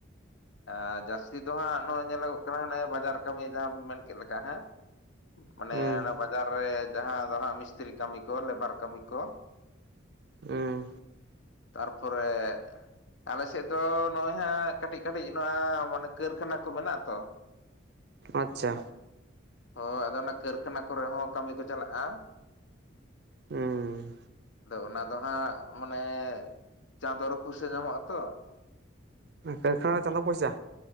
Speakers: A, on the left; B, on the right.
A: ᱮᱸ ᱡᱟᱹᱥᱛᱤ ᱫᱚ ᱦᱟᱸᱜ ᱱᱚᱜᱼᱚᱭ ᱧᱮᱞᱚᱜᱚᱜ ᱠᱟᱱᱟ ᱦᱟᱱᱮ ᱵᱟᱡᱟᱨ ᱠᱟᱹᱢᱤ ᱡᱟᱦᱟᱸ ᱢᱮᱱ ᱠᱮᱫ ᱞᱮᱠᱟ, ᱦᱮᱸ? ᱢᱟᱱᱮ
B: ᱦᱩᱸ ᱦᱩᱸ
A: ᱚᱱᱟ ᱵᱟᱡᱟᱨ ᱨᱮ ᱡᱟᱸᱦᱟ ᱫᱚ ᱦᱟᱸᱜ ᱢᱤᱥᱛᱨᱤ ᱠᱟᱹᱢᱤ ᱠᱚ ᱞᱮᱵᱟᱨ ᱠᱟᱹᱢᱤ ᱠᱚ᱾ <inaudible>
B: ᱦᱩᱸ
A: ᱛᱟᱨᱯᱚᱨᱮ ᱟᱞᱮ ᱥᱮᱫ ᱫᱚ ᱱᱚᱜᱼᱚᱭ ᱦᱟᱸᱜ ᱠᱟᱹᱴᱤᱡ ᱠᱟᱹᱴᱤᱡ ᱱᱚᱣᱟ ᱢᱟᱱᱮ ᱠᱟᱹᱨᱠᱷᱟᱱᱟ ᱠᱚ ᱢᱮᱱᱟᱜ-ᱟ ᱛᱚ᱾
B: ᱟᱪᱪᱷᱟ᱾
A: ᱦᱚᱸ ᱟᱫᱚ ᱚᱱᱟ ᱠᱟᱹᱨᱠᱷᱟᱱᱟ ᱠᱚᱨᱮ ᱦᱚᱸ ᱠᱟᱹᱢᱤ ᱠᱚ ᱪᱟᱞᱟᱜ-ᱟ᱾
B: ᱦᱩᱸ
A: ᱟᱫᱚ ᱚᱱᱟ ᱫᱚ ᱦᱟᱸᱜ ᱢᱟᱱᱮ ᱪᱟᱸᱫᱚ ᱨᱮ ᱯᱩᱭᱥᱟᱹ ᱧᱟᱢᱚᱜ-ᱟ ᱛᱚ᱾
B: ᱠᱟᱹᱨᱠᱷᱟᱱᱟ ᱨᱮ ᱪᱟᱸᱫᱳ ᱯᱚᱭᱥᱟ᱾